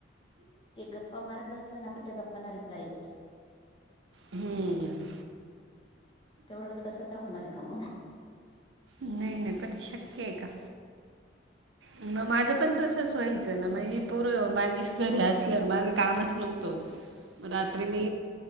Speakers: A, on the left (about 25°); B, on the right (about 75°).
A: गप्पा मारत बसल ना आपण त्या गप्पाना रिल्पाय देतो.
B: हम्म....
A: तेवढं कसं काय होणार आहे का मग,
B: नाही ना कधी शक्य आहे का. मग, माझं पण तसच व्हायचं ना मजी पोर माझी घरी असलं माझं कामच नव्हतं होत. मग रात्री मी